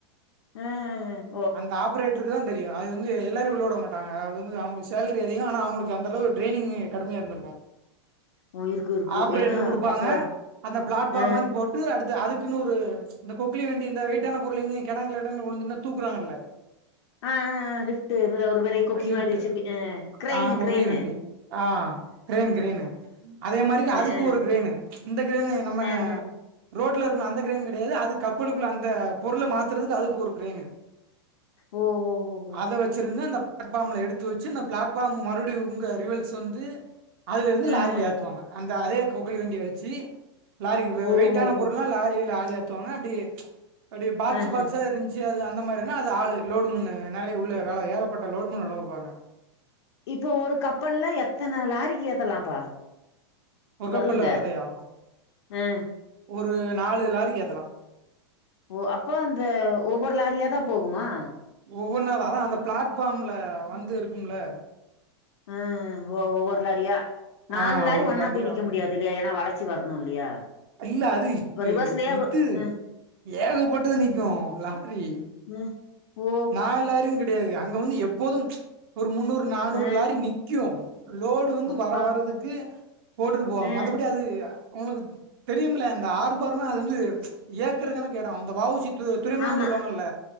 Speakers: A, on the left (about 75°); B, on the right (about 55°).
A: அ அ அ
B: அந்த ஆப்ரேட் ட்டருக்கு தா தெரியு அது வந்து எல்லாரையு உள்ள விடமாட்டாங்க அது வந்து அவுங்களுக்கு சேலரி அதிகோ ஆனா அவுங்களுக்கு அந்தளவு டிரெய்னிங் கடுமையா இருந்துருக்கு
A: ஓ! இருக்கும், இருக்கும்.
B: ஆப்ரேட்டர்
A: ஏன்னா
B: குடுப்பாங்க
A: அப்ப
B: அந்த பிளாட்பார்ம்
A: அ,
B: மாரி போட் டு அடுத்து அதுக்குன்னு ஒரு இந்த கொக்குளி‌ வண்டி இந்த வெயிட்டான பொருள் எங்கயு கெடங்குல கிடங்குல உழுந்துருந்தா தூக்குறாங்கல
A: ஆ ஆ ஆ லிஃப்ட்டு மொத ஒரு பெரிய கொக்கி
B: லிப்ட்
A: மாரி வச்சு பின்ன கிரேயினு
B: ஆ கொக்குலி
A: கிரேயினு
B: வண்டி ஆ கிரேன் கிரேனு அதே மாரிக்கி அதுக்கு
A: அ,
B: ஒரு கிரேனு இந்த கிரேன் நம்ம
A: அஹ.
B: ரோட்ல இருக்கும்ல அந்த கிரேயின் கெடையாது அது கப்பலுக்குள்ள அந்த பொருள்ள மாத்துறதுக்கு அதுக்கு ஒரு கிரேயினு
A: ஒ ஹோ ஹோ
B: அத வச்சிருந்து அந்த பிளாட்ஃ பாம்ல எடுத்து த்து வச்சு இந்த பிளாட்ஃபார்ம் மறுபடியு உங்க ரிவில்ஸ் வந்து அதுல இருந்து லாரில
A: அஹ.
B: ஏத்துவாங்க அந்த அதே கொக்களி வண்டிய வச்சு லாரிக்கு ப
A: ஓஹோஹோ!
B: வெயிட்டான பொருள்லா லாரி லாரிய த்துவாங்க அப்டி அப்டி பாக்ஸ்
A: அஹ.
B: பாக்ஸா இருந்ச்சு அத அ அந்த மாதிரினா அது ஆளு லோடு மேன்னு நெறைய உள்ள வேலை ஏகப்பட்ட லோடு மேன்னு வேலப்பாப்பாங்க
A: இப்ப ஒரு கப்பல்ல எத்தன லாரிக்கு ஏத்தலாம்ப்பா
B: ஒரு
A: பொருளுங்க
B: கப்பல்ல வர்றதையா
A: ஆ
B: ஒரு நாலு லாரிக்கு ஏத்தலா
A: ஓ அப்போ அந்த ஒவ்வொரு லாரியாதா போகுமா
B: ஒவ்வொன்னா தா அதா அந்த பிளாட்ஃபாம்ல வந்து இருக்கும்ல
A: ஆ ஓ ஒவ்வொரு லாரியா நாலு
B: ஆ
A: லாரி
B: ஒரு
A: ஒன்னா
B: லாரிய
A: போய் நிக்க முடியாது இல்லையா ஏனா வளச்சி வரணு இல்லையா
B: இல்ல அது இப்ப
A: ரிவர்ஸ்லயே
B: இது
A: வ அ.
B: ஏகப்பட்டது நிக்கு லாரி
A: ம் ஓ
B: நா எல்லாரு கெடையாது அங்க வந்து எப்போது ஒரு முன்னூறு நானூறு
A: அ
B: லாரி நிக்கு லோடு வந்து
A: அப்பா!
B: வர வரறதுக்கு போட்டுட்டு போவாங்க
A: ம்.
B: மத்தபடி அது உங்களுக்கு தெரியும்ல இந்த ஆர்பர்னா அது வந்து ஏக்கரு கணக்கு தா அந்த வஉசி துறைமுகம்
A: ஆமா.
B: சொல்லுவாங்கல்ல